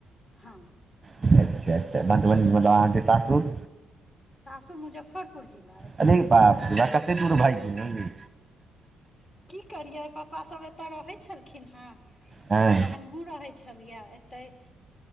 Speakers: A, on the left; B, on the right.
A: हँ।
B: अच्छा अच्छा मधुबनी मतलब अहाँके सासुर?
A: सासूर मुजफ्फरपुर जिला ऐ।
B: अरे बाप रे बाप कते दूर भाइग गेलौं यै।
A: की करियै पप्पा सभ एतऽ रहै छलखिन हँ आ
B: हँ
A: तऽ हम हमहूँ रहै छलियै एतय,